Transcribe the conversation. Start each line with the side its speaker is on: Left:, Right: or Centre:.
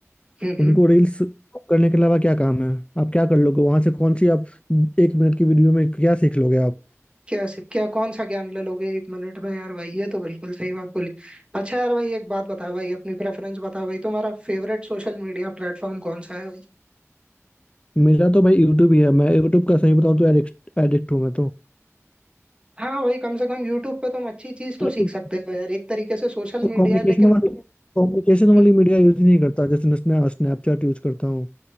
Right: हम्म
Left: उनको रील्स करने के अलावा क्या काम है आप क्या कर लोगे वहां से कौन सी आप एक मिनट की वीडियो में क्या सीख लोगे आप
Right: क्या क्या कौन सा ज्ञान ले लोगे एक मिनट में यार भाई ये तो बिल्कुल सही बात बोली अच्छा यार भाई एक बात बताओ भाई अपनी प्रेफरेंस बताओ भाई तुम्हारा फेवरेट सोशल मीडिया प्लेटफॉर्म कौन सा है भाई
Left: मेरा तो भाई यूट्यूब ही है मैं यूट्यूब का सही बताऊं तो एडिक्ट एडिक्ट हूँ मैं
Right: हाँ भाई कम से कम यूट्यूब पे तुम अच्छी चीज तो
Left: तो
Right: सीख सकते हो यार एक तरीके से सोशल मीडिया
Left: कम्युनिकेशन
Right: है, लेकिन
Left: वाली कम्युनिकेशन
Right: हम्म,
Left: वाली मीडिया यूज नहीं करता जैसे मैं स्नैप स्नैपचैट यूज करता हूँ